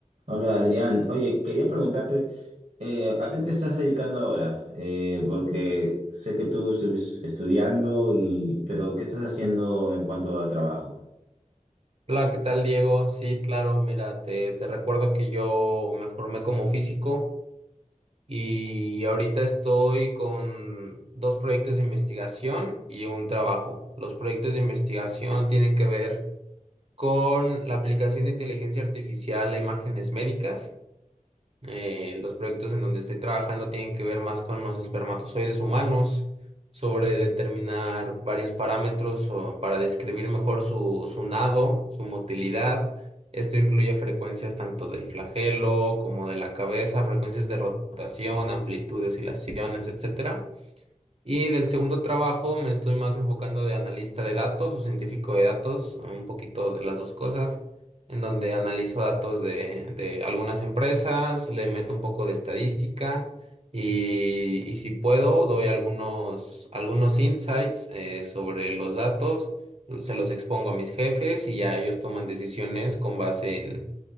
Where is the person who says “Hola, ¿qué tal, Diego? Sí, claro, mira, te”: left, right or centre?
Right